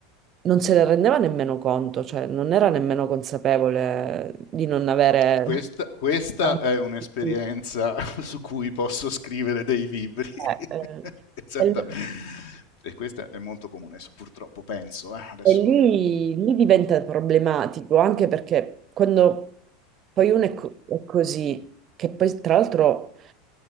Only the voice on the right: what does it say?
non se ne rendeva nemmeno conto, cioè non era nemmeno consapevole di non avere...
<laughs>
Eh, eh,
e,
e lì,
lì diventa problematico anche perché quando poi uno è, co- è così, che poi tra l'altro.